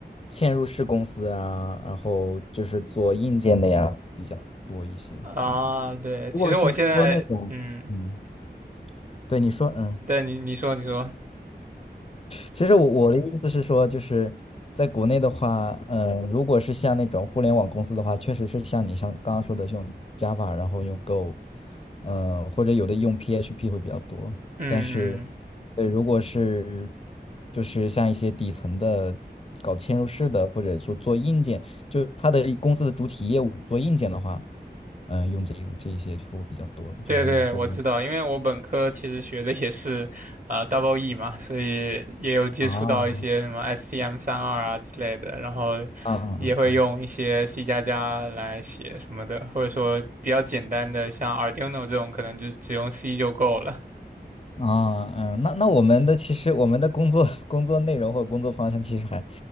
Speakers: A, on the left; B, on the right.
A: 嵌入式公司啊，然后就是做硬件的呀比较多一些。
B: 的啊。
A: 嗯，
B: 对，
A: 如果是说那种，
B: 其实我现在，嗯，
A: 嗯，对你说，嗯。
B: 对你你说你说，
A: 其实我我的意思是说，就是在国内的话，嗯、如果是像那种互联网公司的话，确实是像你像刚刚说的是用 Java，然后用 Go，嗯、或者有的用 PHP 会比较多。
B: 嗯嗯。
A: 但是，呃，如果是就是像一些底层的搞嵌入式的，或者说做硬件，就是它的公司的主体业务做硬件的话，嗯、用这个这一些就会比较多，就是会用
B: 对对，我知道，因为我本科其实学的也是呃 Double E 嘛，所以也有接触到一些什么
A: 啊，嗯
B: STM 三二啊之类的，然后
A: 嗯嗯嗯。
B: 也会用一些 C 加加来写什么的，或者说比较简单的像 Arduino 这种，可能就只用 C 就够了。
A: 啊，嗯，那那我们的其实我们的工作 <laughs> 工作内容或工作方向其实还